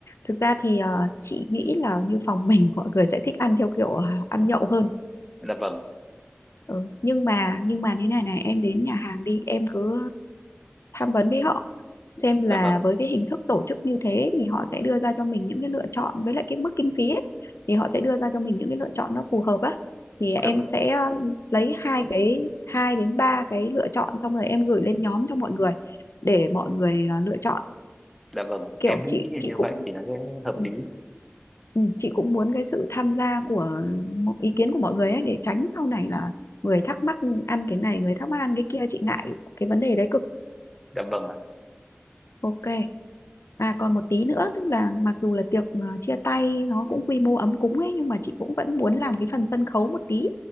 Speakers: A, on the left; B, in the centre.
A: Thực ra thì ờ, chị nghĩ là như phòng mình mọi người sẽ thích ăn theo kiểu ờ, ăn nhậu hơn
B: dạ vâng
A: ừ. Nhưng mà nhưng mà như này này em đến nhà hàng đi em cứ tham vấn với họ xem là
B: dạ vâng
A: với cái hình thức tổ chức như thế thì họ sẽ đưa ra cho mình những cái lựa chọn với lại cái mức kinh phí ấy, thì họ sẽ đưa ra cho mình những cái lựa chọn nó phù hợp á thì em
B: dạ vâng
A: sẽ ờ, lấy hai cái hai đến ba cái lựa chọn xong rồi em gửi lên nhóm cho mọi người để mọi người ờ, lựa chọn
B: dạ vâng
A: kiểu
B: em cũng
A: chị
B: nghĩ là
A: chị
B: như
A: cũng
B: vậy thì nó sẽ hợp
A: ừ,
B: lý
A: Ừ, chị cũng muốn cái sự tham gia của mọi- ý kiến của mọi người ấy để tránh sau này là người thắc mắc ăn cái này người thắc mắc ăn cái kia chị ngại cái vấn đề đấy cực
B: dạ vâng ạ
A: ok à còn một tí nữa tức là mặc dù là tiệc à, chia tay nó cũng quy mô ấm cúng ấy nhưng mà chị cũng vẫn muốn làm cái phần sân khấu một tí